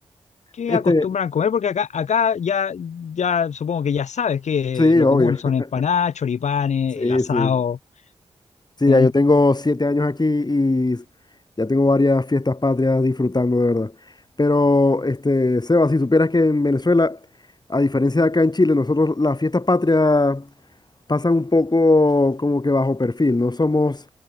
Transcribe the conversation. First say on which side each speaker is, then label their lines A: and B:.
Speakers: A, on the left; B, on the left.
A: qué
B: Este,
A: acostumbran comer? Porque acá, acá ya, ya supongo que ya sabes que
B: sí,
A: lo
B: obvio.
A: común son
B: <laughs>
A: empanadas, choripanes,
B: Sí,
A: el asado,
B: sí. Sí,
A: ¿sí?
B: ya yo tengo siete años aquí y ya tengo varias fiestas patrias disfrutando, de verdad. Pero, este, Seba, si supieras que en Venezuela, a diferencia de acá en Chile, nosotros las fiestas patrias pasan un poco como que bajo perfil. No somos,